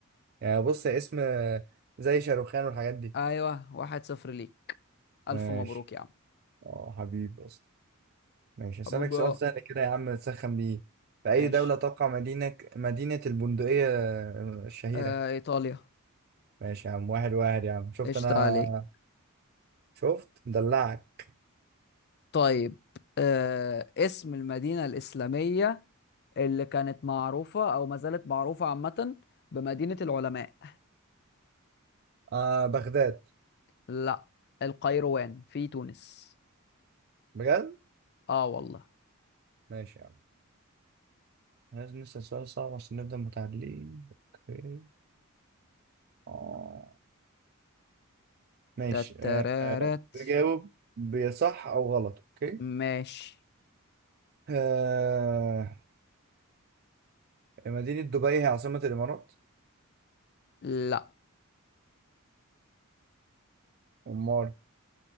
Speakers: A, on the right (about 45°); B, on the left (about 50°).
A: يعني بص يا اسم آه، زي شاروخان والحاجات دي
B: ايوه واحد صفر ليك الف
A: ماشي
B: مبروك يا عم
A: اه حبيبي اصلا ماشي هسألك
B: حبيبي
A: سؤال سهل كده يا عم تسخن بيه في اي
B: ماشي
A: دوله تقع مدينه مدينه البندقيه آه، الشهيره
B: آه ايطاليا
A: ماشي يا عم واحد واحد يا عم شفت
B: قشطة
A: انا
B: عليك
A: شفت مدلعك
B: طيب آه اسم المدينة الإسلامية اللي كانت معروفة او ما زالت معروفة عامة بمدينة العلماء
A: آه بغداد
B: لا القيروان في تونس
A: بجد
B: اه والله
A: ماشي يا عم. لازم نسأل سؤال صعب عشان نبدأ متعادلين اوكي اه ماشي
B: تترارت
A: آه، آه، تجاوب بصح او غلط اوكي
B: ماشي
A: آه، مدينة دبي هي عاصمة الامارات
B: لا
A: امال